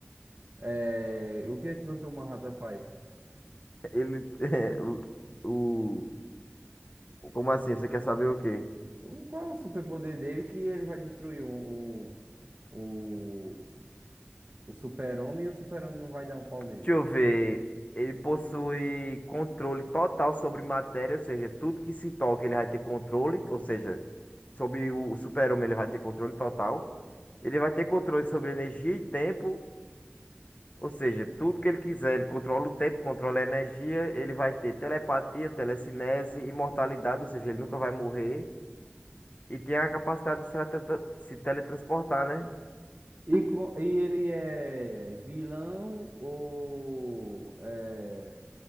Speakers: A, on the right (about 40°); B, on the left (about 35°).
A: Eh, o que esse doutor Manhattan faz?
B: Ele é, o, o- o- Como assim? Você quer saber o quê?
A: O, qual é o superpoder dele que ele vai destruir o, o, o, o super-homem e o super-homem não vai dar um pau nele?
B: Deixa eu ver. Ele possui controle total sobre matéria, ou seja, tudo que se toca ele vai ter controle, ou seja, sobre o super-homem ele vai ter controle total. Ele vai ter controle sobre energia e tempo, ou seja, tudo que ele quiser, ele controla o tempo, controla a energia, ele vai ter telepatia, telecinese, imortalidade, ou seja, ele nunca vai morrer. E tem a capacidade de se teletra- se teletransportar, né?
A: E, co- e ele é vilão ou é,